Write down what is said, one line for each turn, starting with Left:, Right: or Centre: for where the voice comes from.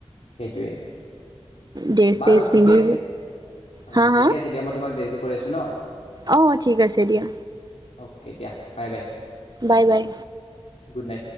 Left: সেইটোৱে
Right: ড্ৰেছ
Left: বাৰু
Right: চেছ পিন্ধি
Left: ঠিকে আছে অহ
Right: হা হা
Left: ঠিকে আছে দিয়া মই তোমাক দেৰিকে কৰি আছো নহ।
Right: অ ঠিক আছে দিয়া
Left: অহ এতিয়া bye bye
Right: bye bye
Left: good night